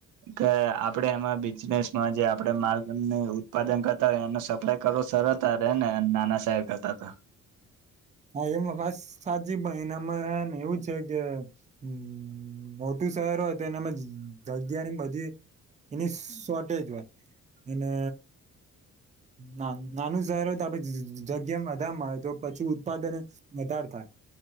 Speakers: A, on the right (about 85°); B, on the right (about 25°).
A: કે તે આપણે એમાં બિઝનેસમાં જે આપડે માલ ને ઉત્પાદન કરતા હોય એનો સપ્લાય કરવો સરડતા રે ને નાના શહેર કરતા તો.
B: હા એમાં વાત સાચી પણ એનામાં ને એવું છે કે અ મોટા મોટુ શહેર હોય તો એનામા જગ્યાની બધી એની શોર્ટેજ હોય એને ના નાનું શહેર હોય તો આપે જ જગ્યા ને બધા મળે તો પછી ઉત્પા ઉત્પાદન જ વધારે થાય.